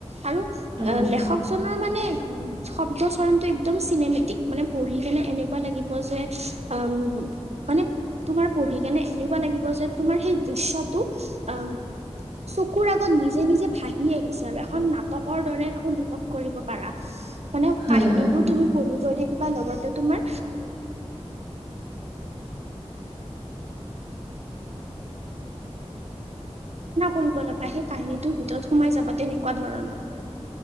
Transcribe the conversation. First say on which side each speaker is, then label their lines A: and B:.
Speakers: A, on the right; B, on the right.
A: আৰু আ
B: অ।
A: লেখকজনৰ মানে উম শব্দচৰণটো একদম চিনেমেটিক মানে পঢ়ি কেনে এনেকুৱা লাগিব যে উ মানে। তোমাৰ পঢ়ি কেনে এনেকুৱা লাগিব যে তোমাৰ সেই দৃশ্যটো অ চকুৰ আগত নিজে নিজে ভাহি আহিছে আৰু এখন নাটকৰ। অনুভৱ কৰিব পাৰা মানে
B: হয়
A: কাহিনীবোৰ
B: হয়।
A: তুমি পঢ়ি লগতে তোমাৰ কৰিব ল'বা সেই কাহিনীটোৰ ভিতৰত সোমাই যাব তেনেকুৱা ধৰণৰ।